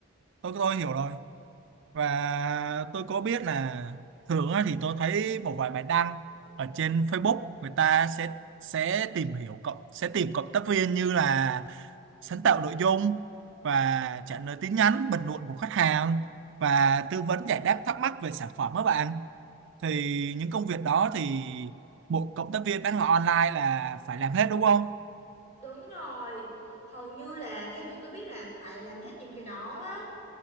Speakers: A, on the right; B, on the left.
A: tôi tôi hiểu rồi. Và tôi có biết là thường á thì tôi thấy một vài bài đăng ở trên Facebook người ta sẽ sẽ tìm hiểu cộng sẽ tìm cộng tác viên như là sáng tạo nội dung và trả lời tin nhắn bình luận của khách hàng và tư vấn giải đáp thắc mắc về sản phẩm các bạn thì những công việc đó thì một cộng tác viên bán hàng online là phải làm hết đúng không?
B: đúng rồi hầu như là theo như tôi biết là phải làm hết những cái đó á